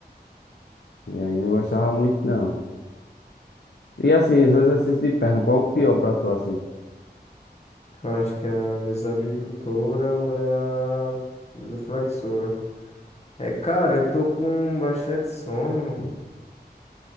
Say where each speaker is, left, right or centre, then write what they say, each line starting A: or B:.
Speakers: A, on the left; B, on the left.
A: E aí não gostava muito, não. E assim, esse exercício de perna, qual o pior pra tu, assim?
B: Cara, acho que é a mesa abdutora ou é a mesa flexora. É, cara, eu tô com bastante sono.